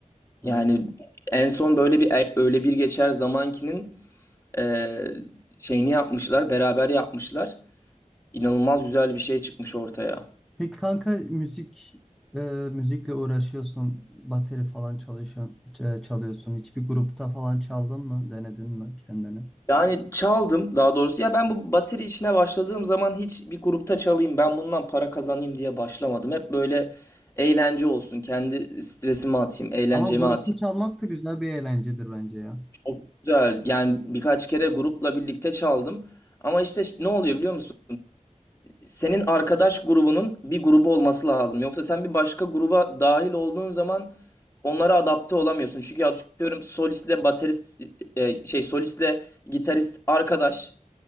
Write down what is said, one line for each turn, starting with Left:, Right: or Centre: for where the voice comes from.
Centre: Evet.
Left: Yani en son böyle bir e- öyle bir geçer zamankinin e, şeyini yapmışlar, beraber yapmışlar. İnanılmaz güzel bir şey çıkmış ortaya.
Centre: Peki kanka müzik e, müzikle uğraşıyorsun, bateri falan çalışıyorsun, ç- çalıyorsun. Hiçbir grupta falan çaldın mı? Denedin mi kendini?
Left: Yani çaldım daha doğrusu ya ben bu bateri işine başladığım zaman hiç bir grupta çalayım ben bundan para kazanayım diye başlamadım. Hep böyle eğlence olsun, kendi stresimi atayım, eğlencemi
Centre: Ama grupta
Left: atayım.
Centre: çalmak da güzel bir eğlencedir bence ya.
Left: Çok güzel. Yani birkaç kere grupla birlikte çaldım. Ama işte ş- ne oluyor biliyor musun? Senin arkadaş grubunun bir grubu olması lazım. Yoksa sen bir başka gruba dahil olduğun zaman onlara adapte olamıyorsun. Çünkü atıyorum solistle baterist e, şey solistle gitarist arkadaş.